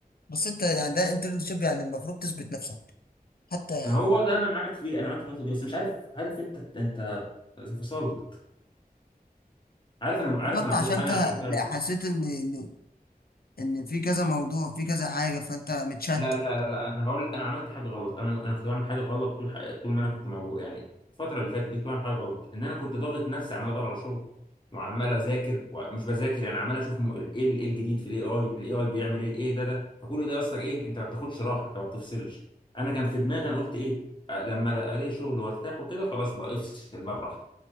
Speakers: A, on the left; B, on the left.
A: بس انت يعني ده انترنشيب يعني المفروض تثبت نفسك حتى يعني
B: ما هو ده انا معاك فيه انا معاك في النقطه دي بس مش عارف عارف انت انت فصلت عارف انا
A: اتفضلت
B: عارف انا
A: عشان
B: في حاجه
A: انت
B: انا عملتها
A: حسيت ان ان ان في كذا موضوع في كذا حاجه فانت متشتت
B: لا لا لا لا انا هقول انا عملت حاجه غلط انا انا كنت بعمل حاجه غلط طول ح- طول ما انا كنت موجود يعني الفتره اللي فاتت دي كنت بعمل حاجه غلط ان انا كنت ضاغط نفسي عمال ادور على شغل وعمال اذاكر ومش بذاكر يعني عمال اشوف م- ايه ال- ايه الجديد في الاي اي الاي اي بيعمل ايه ايه ده ده فكل ده يا اسطى ايه انت ما بتاخدش راحه انت ما بتفصلش انا كان في دماغي انا قلت ايه آه، لما الاقي شغل وارتاح وكده خلاص بقى افصل بقى براحتك